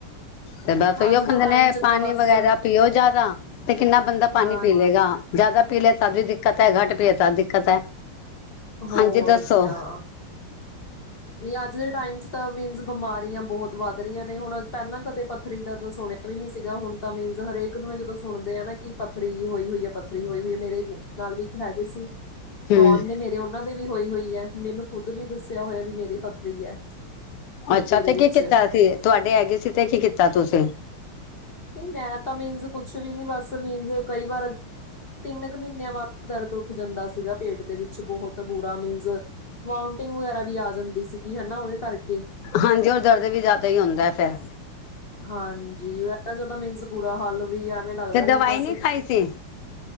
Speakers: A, on the left; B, on the left.
A: ਤੇ ਬਸ ਉ
B: ਅੱਜ
A: ਕੇਹਂਦੇ
B: ਦੇ ਟਾਈਮ
A: ਨੇ
B: ਚ
A: ਪਾਣੀ
B: ਤਾਂ ਬਸ
A: ਵਗੈਰਾ। ਪੀਓ ਜ਼ਿਆਦਾ ਤੇ ਕਿੰਨਾ ਬੰਦਾ ਪਾਣੀ
B: ਹਾਂਜੀ,
A: ਪੀ ਲਏਗਾ। ਜ਼ਿਆਦਾ ਪੀ ਲਿਆ ਤ ਵੀ ਦਿੱਕਤ ਹੈ ਘੱਟ ਪੀ ਲ ਤ ਦਿੱਕਤ ਹੈ
B: ਹੋਰ
A: ਹਾਂਜੀ ਦੱਸੋ।
B: ਕਿਆ। ਵੀ ਅੱਜ ਦੇ ਟਾਈਮ ਚ ਤਾਂ ਮੀਨਸ ਬਿਮਾਰੀਆਂ ਬਹੁਤ ਵੱਧ ਰਹੀਆਂ ਨੇ ਹੁਣ ਪਹਿਲਾਂ ਕਦੇ ਪੱਥਰੀ ਦਾ ਤਾਂ ਸੁਣ। ਵੀ ਨੀ ਸੀਗਾ ਹੁਣ ਤਾਂ ਮੀਨਜ਼ ਹਰੇਕ ਨੂੰ ਜਦੋਂ ਸੁਣਦੇ ਹ ਨਾ ਕਿ ਪੱਥਰੀ ਹੋਈ ਹੋਈ ਹੈ ਪੱਥਰੀ ਹੋਈ ਹੋਈ ਹੈ ਮੇਰੇ। ਨਾਲ ਵੀ ਇੱਕ ਹੈਗੇ ਸੀ
A: ਹਮ
B: ਨੌਨ ਨੇ ਮੇਰੇ ਉਹਨਾਂ ਵੀ ਹੋਈ ਹੋਈ ਹੈ ਮੈਨੂੰ ਖੁਦ ਵੀ ਦੱਸਿਆ ਹੋਇਆ ਵੀ ਮੇਰੇ ਪਥ ਹੀ ਹੈ ਪਿੱਤੇ
A: ਅੱਛਾ
B: ਦੇ
A: ਤੇ
B: ਵਿੱਚ
A: ਕੀ ਕੀਤਾ ਸੀ ਤੁਹਾਡੇ ਹੈਗੇ ਸੀ ਤੇ ਕੀ ਕੀਤਾ ਤੁਸੀਂ
B: ਨਹੀਂ ਮੈਂ ਤਾਂ ਮੀਨਸ ਕੁਛ ਵੀ ਨੀ ਬਸ ਮੀਨਸ ਕਈ ਵਾਰ ਤਿੰਨ ਕੁ ਮਹੀਨਿਆਂ ਬਾਅਦ ਦਰਦ ਉੱਠ ਜਾਂਦਾ ਸੀਗਾ ਪੇਟ ਦੇ ਵਿੱਚ ਬਹੁਤ ਬੁਰਾ ਮੀਨਜ਼ ਵਾਊਂਟਿੰਗ ਵਗੈਰਾ ਵੀ ਆ ਜਾਂਦੀ ਸੀਗੀ ਹਨਾ ਉਹਦੇ ਕਰਕੇ।
A: ਹਾਂਜੀ ਓ ਦਰਦ ਵੀ ਜ਼ਿਆਦਾ ਹੀ ਹੁੰਦਾ ਫੇਰ।
B: ਹਾਂਜੀ ਚਦਾ ਮੀਨਸ ਬੁਰਾ ਹਾਲ ਵੀ ਐਵੇਂ ਲੱਗਦਾ
A: ਤੇ
B: ਵੀ
A: ਦਵਾਈ
B: ਬਸ।
A: ਨਹੀਂ ਖਾਈ ਸੀ